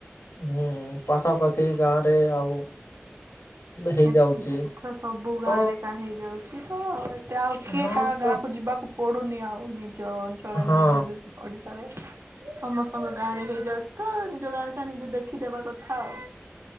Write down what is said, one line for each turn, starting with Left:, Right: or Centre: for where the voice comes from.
Left: ହୁଁ ପାଖାପାଖି ଗାଁ ରେ ଆଉ ହେଇଯାଉଛି
Right: ଏ ଏଥର ସବୁ
Left: ତ
Right: ଗାଁ ରେ ଏକା ହେଇଯାଉଛି ତ ଏତେ ଆଉ କିଏ
Left: ହଁ
Right: କାହା ଗାଁ
Left: ତ
Right: କୁ ଯିବାକୁ ପୋଡୁନି ଆଉ ନିଜ ଅଞ୍ଚଳରେ
Left: ହଁ
Right: ନିଜ ଦେ ଓଡ଼ିଶାରେ। ସମସ୍ତଙ୍କ ଗାଁରେ ହେଇଯାଉଛି ତ ନିଜ ଗାଁରେ ଖାଁ ନିଜେ ଦେଖିଦବା କଥା ଆଉ।